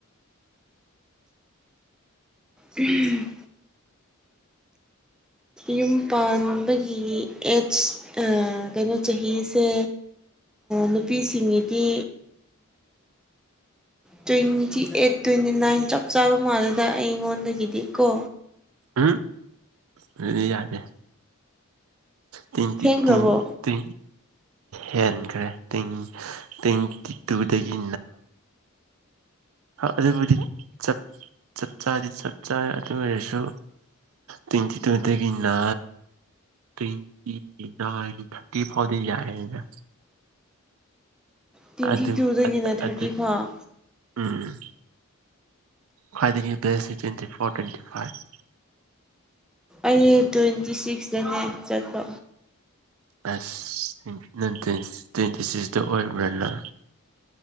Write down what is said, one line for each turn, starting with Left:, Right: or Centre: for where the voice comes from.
Centre: ꯎꯝ ꯌꯨꯝ ꯄꯥꯟꯕꯒꯤ ꯑꯦꯖ ꯀꯩꯅꯣ ꯆꯍꯤꯁꯦ ꯅꯨꯄꯤꯁꯤꯡꯒꯤꯗꯤ ꯇ꯭ꯋꯦꯟꯇꯤ ꯑꯩꯠ ꯇ꯭ꯋꯦꯟꯇꯤ ꯅꯥꯏꯟ ꯆꯞ ꯆꯥꯕ ꯃꯥꯜꯂꯦꯗ ꯑꯩꯉꯣꯟꯗꯒꯤꯗꯤ ꯀꯣ
Right: ꯍꯥ ꯑꯗꯨꯗꯤ ꯌꯥꯗꯦ ꯇꯤꯟꯇꯤ
Centre: ꯊꯦꯡꯈ꯭ꯔꯕꯣ
Right: ꯇꯤꯟ ꯇ ꯍꯦꯟꯈ꯭ꯔꯦ ꯇꯦꯡ ꯇꯦꯡ ꯇꯇꯨꯗꯒꯤ ꯑꯗꯨꯕꯨꯗꯤ ꯆꯞ ꯆꯗꯤ ꯆꯞ ꯆꯥ ꯑꯗꯨ ꯑꯣꯏꯔꯁꯨ ꯇ꯭ꯋꯦꯟꯇꯤ ꯇꯨꯗꯒꯤꯅ ꯇ꯭ꯋꯦꯟꯇꯤ ꯅꯥꯏꯟ ꯊꯥꯔꯇꯤ ꯐꯥꯎꯗꯤ ꯌꯥꯏꯅ
Centre: ꯇ꯭ꯋꯦꯟꯇꯤ
Right: ꯎꯝ ꯑꯗꯨ
Centre: ꯇꯨꯗꯒꯤꯅ ꯊꯥꯔꯇꯤ
Right: ꯑ
Centre: ꯐꯥꯎ
Right: ꯎꯝ ꯈ꯭ꯋꯥꯏꯗꯒꯤꯁ ꯇ꯭ꯋꯦꯟꯇꯤ ꯐꯣꯔ ꯇ꯭ꯋꯦꯟꯇꯤ ꯐꯥꯏꯚ
Centre: ꯑꯩ ꯇ꯭ꯋꯦꯟꯇꯤ ꯁꯤꯛꯁꯇꯅꯦ ꯆꯠꯄ
Right: ꯑꯁ꯭ꯅꯥꯏꯇ ꯇ꯭ꯋꯦꯟꯇꯤ ꯁꯤꯛꯁꯇ ꯑꯣꯏꯕ꯭ꯔꯅ